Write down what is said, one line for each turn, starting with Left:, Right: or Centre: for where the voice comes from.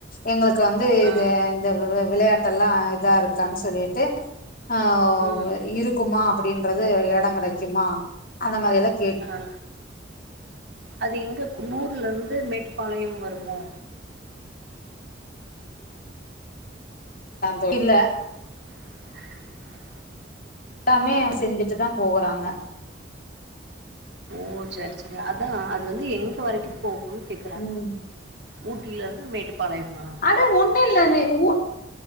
Left: எங்களுக்கு வந்து இது
Right: ஆ
Left: இந்த வெ விளையாட்டெல்லா இதாருக்கானு சொல்லிட்டு ஆ
Right: ம்
Left: வ் இருக்குமா அப்டின்றது எடோ கெடைக் குமா அந்த மாரில்லா கேட்
Right: ஆ அது இங்க குன்னூர்லருந்து மேட்டுப்பாளையம் வருமோ
Left: தோழி இல்ல
Right: <unintelligible> <inaudible>
Left: எல்லாமே அவுங் செஞ்சுட்டு தா போகுறாங்க
Right: ஓ சேர் சேரி அதா அது வந்து எங்க வரைக்கு போகுன் கேக்குறே
Left: ம்
Right: ஊட்டிலருந்து மேட்டுப்பாளயமா
Left: அது ஒன்னுல்லது உ